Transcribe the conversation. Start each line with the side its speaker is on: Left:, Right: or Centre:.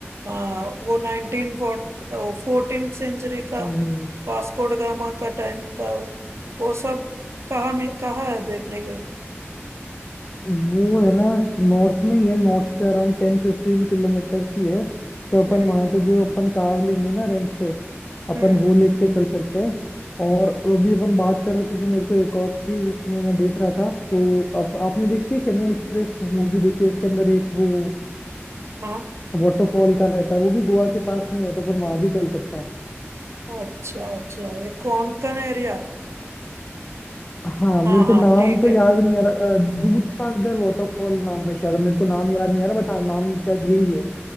Right: आ, वो नाइनटीन फोर्टीन सेंचुरी का
Left: हम्म
Right: वास्को ड गामा का टाइम का वो सब कहाँ में कहाँ है देखने के
Left: वो है ना नॉर्थ में ही है नॉर्थ से अराउंड टेन फिफ्टीन किलोमीटर ही है तो अपन
Right: हम्म
Left: वहां तो जो अपन कार लेंगे ना रेंट पे अपन
Right: हम्म
Left: वो लेके चल सकते हैं और अभी अपन बात कर रहे थे तो मेरे को एक और चीज उसमें मैं देख रहा था तो आप, आपने देखी चेन्नई एक्सप्रेस मूवी देखी है? उसके अंदर एक वो
Right: हाँ
Left: वाटरफॉल का रहता है वो भी गोवा के पास में है तो अपन वहां भी चल सकते हैं
Right: अच्छा अच्छा ये कोंकण एरिया
Left: हाँ मेरे
Right: हाँ हाँ
Left: को नाम
Right: ठीक
Left: तो
Right: है
Left: याद नहीं आ रहा अ, दूध सागर वाटरफॉल नाम है शायद मेरे को नाम याद नहीं आ रहा बट हाँ नाम ही शायद यही है